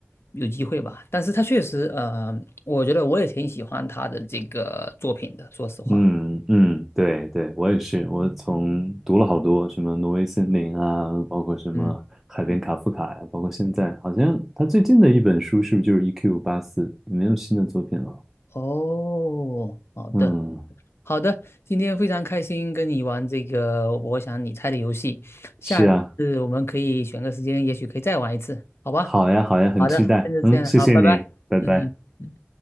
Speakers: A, on the left; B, in the centre.
A: 有机会吧。但是他确实呃，我觉得我也挺喜欢他的这个作品的，说实话，
B: 嗯嗯，对对，我也是，我从读了好多什么《挪威森林》啊，包括什么《海边卡夫卡》呀，
A: 嗯嗯，
B: 包括现在好像他最近的一本书是不是就是《E.Q. 八四》？没有新的作品了。
A: 哦，好的。
B: 嗯，
A: 好的，今天非常开心跟你玩这个我想你猜的游戏，下一次我们可以选个时间，
B: 是啊，
A: 也许可以再玩一次，好吧？
B: 好呀好呀，很期待。
A: 好的，现在这样，
B: 嗯，谢谢你，
A: 好，拜拜。
B: 拜拜。
A: 嗯嗯。嗯